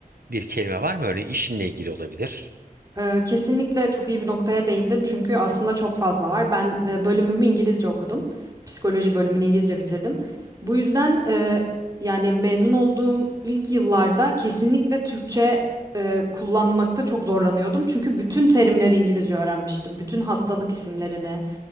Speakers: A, on the right; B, on the right.
A: bir kelime var mı? Örneğin işinle ilgili olabilir.
B: Ee, kesinlikle çok iyi bir noktaya değindin. Çünkü aslında çok fazla var. Ben e, bölümümü İngilizce okudum. Psikoloji bölümünü İngilizce bitirdim. Bu yüzden e, yani mezun olduğum ilk yıllarda kesinlikle Türkçe e, kullanmakta çok zorlanıyordum. Çünkü bütün terimleri İngilizce öğrenmiştim. Bütün hastalık isimlerini.